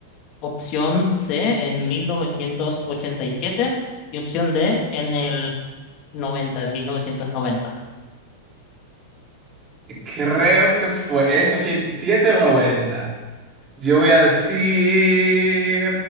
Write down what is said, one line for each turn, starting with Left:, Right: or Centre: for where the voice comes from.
Left: opción C en mil novecientos ochenta y siete y opción D en el noventa en mil novecientos noventa
Right: Creo que fue. ¿Es 87 o noventa. Yo voy a decir.